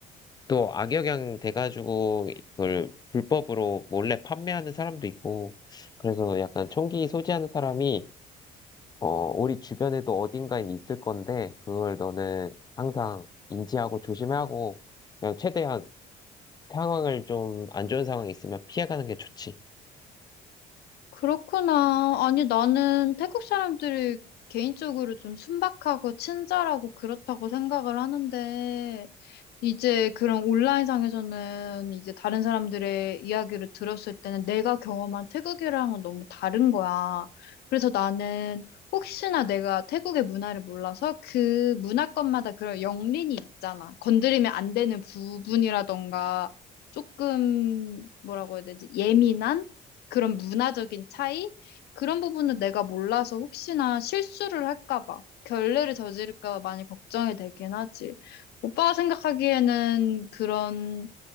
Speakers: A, on the left; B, on the left.
A: 또 악영향 돼가지고 그걸 불법으로 몰래 판매하는 사람도 있고 그래서 약간 총기 소지하는 사람이 어 우리 주변에도 어딘가에 있을 건데 그걸 너는 항상 인지하고 조심해야 하고 그냥 최대한 상황을 좀 안 좋은 상황이 있으면 피해가는 게 좋지.
B: 그렇구나. 아니, 나는 태국 사람들이 개인적으로 좀 순박하고 친절하고 그렇다고 생각을 하는데, 이제 그런 온라인상에서는 이제 다른 사람들의 이야기를 들었을 때는 내가 경험한 태국이랑은 너무 다른 거야. 그래서 나는 혹시나 내가 태국의 문화를 몰라서 그 문화권마다 그런 영린이 있잖아. 건드리면 안 되는 부분이라던가 조금 뭐라고 해야 되지? 예민한 그런 문화적인 차이? 그런 부분은 내가 몰라서 혹시나 실수를 할까 봐, 결례를 저지를까 봐 많이 걱정이 되긴 하지. 오빠가 생각하기에는 그런,